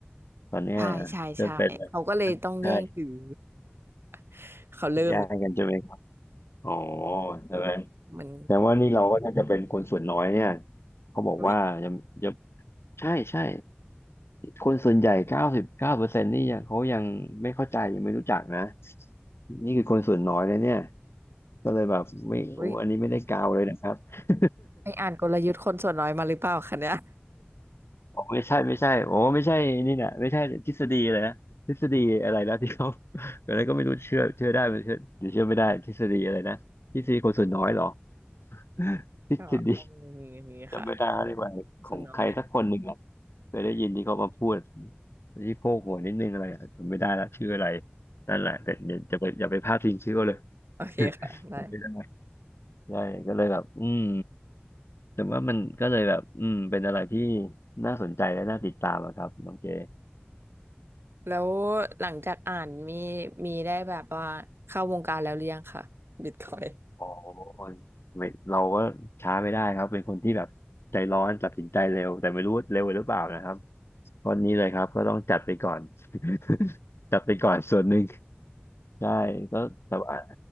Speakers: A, on the right; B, on the left.
A: <laughs>
B: ตอนเนี้ย
A: ใช่ใช่ใช่เขาก็เลยต้องแย่งถือ
B: จะเป็นอะไรใช่
A: <laughs> เขาเริ่มเลย
B: แย่งกันใช่ไหมครับอ๋อใช่ไหม
A: มัน
B: แต่ว่านี่เราก็น่าจะเป็นคนส่วนน้อยเนี่ยเขาบอกว่ายัง
A: อุ๊ย
B: ใช่ใช่คนส่วนใหญ่เก้าสิบเก้าเปอร์เซ็นต์นี่ยังเขายังไม่เข้าใจยังไม่รู้จักนะนี่คือคนส่วนน้อยเลยเนี่ยก็เลยแบบไม่โอ้อันนี้ไม่ได้กาวเลยนะครับ
A: อุ๊ย
B: <laughs>
A: ไปอ่านกลยุทธ์คนส่วนน้อยมาหรือเปล่าคะเนี่ย
B: บอกไม่ใช่ไม่ใช่โอ้ไม่ใช่นี่นะไม่ใช่ทฤษฎีเลยนะทฤษฎีอะไรนะที่เขาอะไรก็ไม่รู้เชื่อเชื่อได้หรือเชื่อหรือเชื่อไม่ได้ทฤษฎีอะไรนะทฤษฎีคนส่วนน้อยเหรอ <laughs>
A: <laughs>
B: ทฤษฎี
A: ก็ต้องมีอย่างนี้ค่ะ
B: จำไม่ได้แล้วดียกว่าของใครสักคนหนึ่งอะ
A: ส่วนน้อย
B: เคยได้ยินที่เขามาพูดที่โพกหัวนิดนึงอะไรอะจำไม่ได้ละชื่ออะไรนั่นแหละแต่เดี๋ยวจะไปอย่าไปพลาดทิ้งชื่อเขาเลย
A: โอเคค่ะได้
B: <laughs> จำไม่ได้ใช่ก็เลยแบบอืมแต่ว่ามันก็เลยแบบอืมเป็นอะไรที่น่าสนใจและน่าติดตามอะครับน้องเจ
A: แล้วหลังจากอ่านมีมีได้แบบว่าเข้าวงการแล้วหรือยังค่ะบิตคอย <laughs>
B: อ๋อไม่เราก็ช้าไม่ได้ครับเป็นคนที่แบบใจร้อนตัดสินใจเร็วแต่ไม่รู้เร็วหรือเปล่านะครับตอนนี้เลยครับก็ต้องจัดไปก่อน <laughs> จัดไปก่อนส่วนหนึ่ง ใช่ก็แต่ว่า